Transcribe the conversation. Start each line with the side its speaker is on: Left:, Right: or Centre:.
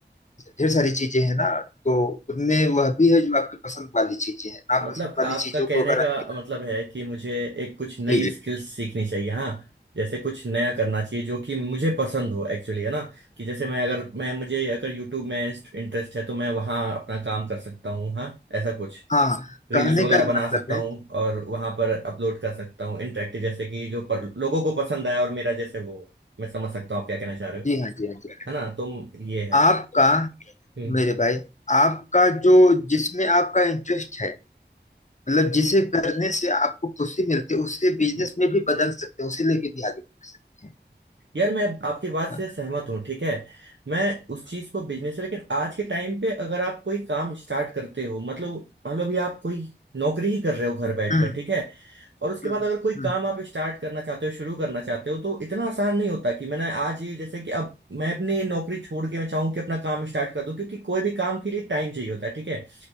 Left: ढेर सारी चीजें हैं ना तो उनमें वह भी है जो आपकी पसंद वाली चीजें हैं नापसंद
Right: मतलब
Left: वाली
Right: आपका
Left: चीजों
Right: कहने
Left: को अगर आप
Right: का मतलब है कि मुझे एक कुछ नई
Left: जी जी
Right: स्किल्स
Left: जी
Right: सीखनी चाहिए हाँ जैसे कुछ नया करना चाहिए जो कि मुझे पसंद हो एक्चुअली है ना कि जैसे मैं अगर मैं मुझे अगर यूट्यूब में इंटरेस्ट है तो मैं वहाँ अपना काम कर सकता हूँ हाँ ऐसा कुछ
Left: हाँ हाँ
Right: रील्स
Left: कहने
Right: वगैरह
Left: का
Right: बना
Left: मतलब
Right: सकता
Left: है
Right: हूँ और वहाँ पर अपलोड कर सकता हूँ इंटरेक्टिव जैसे कि जो पर, लोगों को पसंद आया और मेरा जैसे वो मैं समझ सकता हूँ आप क्या कहना चाह रहे हो
Left: जी हाँ जी हाँ जी
Right: है ना तुम ये है
Left: आपका
Right: हम्म
Left: मेरे भाई आपका जो जिसमें आपका इंटरेस्ट है मतलब जिसे करने से आपको खुशी मिलती है उससे बिजनेस
Right: हम्म
Left: में भी बदल सकते हैं उसे लेके भी आगे बढ़ सकते हैं
Right: यार मैं आपकी बात से
Left: हाँ,
Right: सहमत हूँ ठीक है मैं उस चीज को बिजनेस है लेकिन आज के टाइम पे अगर आप कोई काम स्टार्ट करते हो मतलब मान लो अभी आप कोई नौकरी ही कर रहे हो घर बैठकर
Left: हम्म
Right: ठीक है और उसके
Left: हम्म
Right: बाद अगर कोई
Left: हम्म
Right: काम आप स्टार्ट करना चाहते हो शुरू करना चाहते हो तो इतना आसान नहीं होता कि मैंने आज ये जैसे कि अब मैं अपनी नौकरी छोड़ के मैं चाहूँ कि अपना काम स्टार्ट कर दूं क्योंकि कोई भी काम के लिए टाइम चाहिए होता है ठीक है